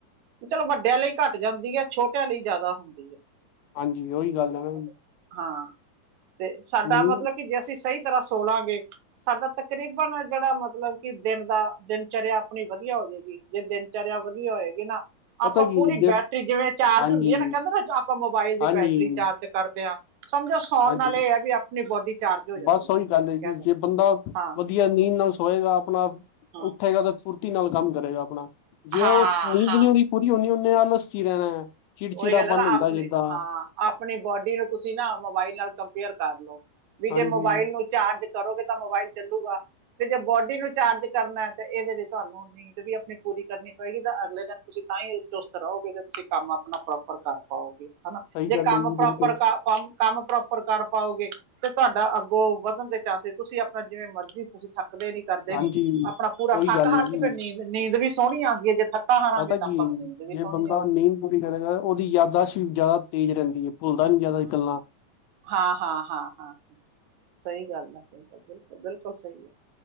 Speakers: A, on the right; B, on the left.
A: ਚਲੋ ਵੱਡਿਆਂ ਲਈ ਘੱਟ ਜਾਂਦੀ ਹੈ ਛੋਟਿਆਂ ਲਈ ਜ਼ਿਆਦਾ ਹੁੰਦੀ ਹੈ।
B: ਹਾਂਜੀ ਉਹੀ
A: ਵੀ
B: ਗੱਲ ਹੈ ਨਾ
A: ਹਾਂ, ਤੇ ਸਾਡਾ
B: ਨੀ
A: ਮਤਲਬ ਕਿ ਜੇ ਅਸੀਂ ਸਹੀ ਤਰ੍ਹਾਂ ਸੋਲਾਂਗੇ ਸਾਡਾ ਤਕਰੀਬਨ ਜਿਹੜਾ ਮਤਲਬ ਕਿ ਦਿਨ ਦਾ, ਦਿਨਚਰਿਆ ਆਪਣੀ ਵਧੀਆ ਹੋ ਜਾਏਗੀ ਜੇ ਦਿਨ ਵਿਚਾਰ ਵਧੀਆ ਹੋਏਗੀ ਨਾ,
B: ਪਤਾ
A: ਆਪਾਂ
B: ਕੀ
A: ਪੂਰੀ
B: ਜੀ ਜੇ
A: ਬੈਟਰੀ ਜਿਵੇਂ ਚਾਰਜ
B: ਹਾਂਜੀ
A: ਹੁੰਦੀ ਹੈ ਨਾ ਕਹਿੰਦੇ ਨਾ ਆਪਾਂ ਮੋਬਾਈਲ ਦੀ
B: ਹਾਂਜੀ
A: ਬੈਟਰੀ ਚਾਰਜ ਕਰਦੇ ਹਾਂ, ਸਮਝੋ ਸਾਉਣ
B: ਹਾਂਜੀ
A: ਨਾਲ ਇਹ ਹੈ ਵੀ ਆਪਣੀ ਬੋਡੀ ਚਾਰਜ ਹੋ ਜਾਂਦੀ
B: ਬਸ ਉਹੀ ਗੱਲ ਹੈ ਜੀ,
A: ਕਹਿੰਦਾ
B: ਜੇ ਬੰਦਾ
A: ਹਾਂ
B: ਵਧੀਆ ਨੀਂਦ ਨਾਲ ਸੋਏਗਾ ਆਪਣਾ,
A: ਹਾਂ
B: ਉੱਠੇਗਾ ਤਾਂ ਫੁਰਤੀ ਨਾਲ ਕੰਮ ਕਰੇਗਾ ਆਪਣਾ, ਜੇ
A: ਹਾਂ
B: ਉਹ ਨੀਂਦ
A: ਹਾਂ
B: ਨਹੀ ਹੋਣੀ ਪੂਰੀ ਹੁੰਣੀ ਓਨੇ ਆਲਸ 'ਚ ਰਹਿਣਾ ਹੈ। ਚਿੜਚਿੜਾ
A: ਉਹੀ ਗੱਲ ਹੈ
B: ਬੰਨ
A: ਨਾ
B: ਹੁੰਦਾ
A: ਆਪਣੇ
B: ਜਿੱਦਾਂ
A: ਹਾਂ ਆਪਣੀ ਬੋਡੀ ਨੂੰ ਤੁਸੀਂ ਨਾ ਮੋਬਾਈਲ ਨਾਲ ਕੰਪੇਅਰ ਕਰ ਲਓ, ਵੀ
B: ਹਾਂਜੀ
A: ਜੇ ਮੋਬਾਈਲ ਨੂੰ ਚਾਰਜ ਕਰੋਗੇ ਤਾਂ ਮੋਬਾਈਲ ਚੱਲੂਗਾ, ਤੇ ਜੇ ਬੋਡੀ ਨੂੰ ਚਾਰਜ ਕਰਨਾ ਤੇ ਇਹਦੇ ਲਈ ਤੁਹਾਨੂੰ ਨੀਂਦ ਵੀ ਆਪਣੀ ਪੂਰੀ ਕਰਨੀ ਪਏਗੀ ਤਾਂ ਅਗਲੇ ਦਿਨ ਤੁਸੀਂ ਤਾਂ ਹੀ ਚੁਸਤ ਰਹੋਗੇ, ਜ ਤੁਸੀਂ ਕੰਮ ਆਪਣਾ ਪ੍ਰੋਪਰ ਕਰ ਪਾਓਗੇ ਹਨਾ,
B: ਸਹੀ
A: ਜੇ
B: ਗੱਲ
A: ਕੰਮ
B: ਹੈ ਜੀ
A: ਪ੍ਰੋਪਰ
B: ਬਿਲਕੁਲ
A: ਕੰਮ ਕੰਮ ਪ੍ਰੋਪਰ ਕਰ ਪਾਓਗੇ, ਤੇ ਤੁਹਾਡਾ ਅੱਗੋਂ ਵਧਣ ਦੇ ਚਾਂਸਿਸ ਤੁਸੀਂ ਆਪਣਾ ਜਿਵੇਂ ਮਰਜ਼ੀ ਥੱਕਦੇ ਨੀ ਕਰਦੇ
B: ਹਾਂਜੀ
A: ਨੀ, ਆਪਣਾ ਪੂਰਾ
B: ਉਹੀ
A: ਥੱਕ
B: ਗੱਲ
A: ਹਾਰ
B: ਹੈ ਜੀ
A: ਕੇ ਫਿਰ ਨੀਂਦ-ਨੀਂਦ ਵੀ ਸੋਹਣੀ ਆਉਂਦੀ ਹੈ ਜੇ ਥੱਕ ਥਕਾ ਹਾਰਾਂਗੇ
B: ਪਤਾ
A: ਤਾਂ,
B: ਕੀ
A: ਆਪਾਂ
B: ਹੈ
A: ਨੂੰ
B: ਜੀ
A: ਨੀਂਦ ਵੀ
B: ਜੇ
A: ਸੋਹਣੀ
B: ਬੰਦਾ
A: ਆਊਗੀ।
B: ਨੀਂਦ ਪੂਰੀ ਕਰ ਉਹਦੀ ਯਾਦਦਾਸ਼ ਵੀ ਜ਼ਿਆਦਾ ਤੇਜ਼ ਰਹਿੰਦੀ ਹੈ, ਭੁੱਲਦਾ ਨੀ ਜਿਆਦਾ ਗੱਲਾਂ
A: ਹਾਂ-ਹਾਂ, ਹਾਂ-ਹਾਂ ਹਾਂ ਸਹੀ ਗੱਲ ਹੈ ਬਿਲਕੁਲ-ਬਿਲਕੁਲ, ਬਿਲਕੁਲ ਸਹੀ ਹੈ